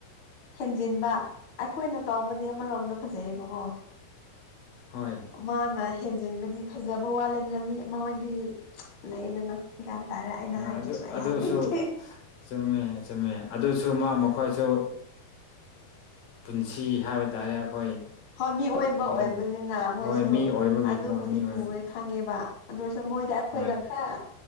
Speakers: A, on the left (about 45°); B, on the left (about 65°).
A: ꯍꯦꯟꯖꯤꯟꯕ ꯑꯩꯈꯣꯏꯅ ꯇꯧꯕꯗꯤ ꯑꯃꯔꯣꯝꯗ ꯐꯖꯩꯌꯦꯕꯀꯣ
B: ꯍꯣꯏ
A: ꯃꯥꯅ ꯍꯦꯟ ꯊꯦꯟꯖꯤꯟꯕꯗꯤ ꯐꯖꯕ ꯋꯥꯠꯂꯦꯅ ꯃꯤ ꯑꯃꯍꯣꯏꯗꯤ ꯂꯩꯌꯦꯗꯅ ꯒ꯭ꯌꯥꯟ ꯇꯥꯔꯦ ꯑꯩꯅ ꯍꯥꯏꯗ꯭ꯔꯁꯨ
B: ꯑꯗꯨ
A: ꯑꯩ
B: ꯑꯗꯨꯁꯨ
A: ꯍꯥꯏꯅꯤꯡꯒꯦ
B: ꯆꯨꯝꯃꯦ ꯆꯨꯝꯃꯦ ꯑꯗꯨꯁꯨ ꯃꯥ ꯃꯈꯣꯏꯁꯨ ꯄꯨꯟꯁꯤ ꯍꯥꯏꯕ ꯇꯥꯔꯦ ꯑꯩꯈꯣꯏ
A: ꯍꯣꯏ ꯃꯤ ꯑꯣꯏꯕ ꯑꯣꯏꯕꯅꯤꯅ
B: ꯑꯗꯨꯒꯤ
A: ꯃꯣꯏꯁꯨ
B: ꯍꯣꯏ ꯃꯤ ꯑꯣꯏꯕꯒꯤꯀꯣ
A: ꯑꯗꯨꯕꯨꯗꯤ
B: ꯃꯤ ꯑꯣꯏꯕ
A: ꯄꯨꯋꯦ ꯈꯪꯉꯦꯕ ꯑꯗꯨ ꯑꯣ ꯃꯣꯏꯗ ꯑꯩꯈꯣꯏꯒ
B: ꯍꯣꯏ
A: ꯈꯔ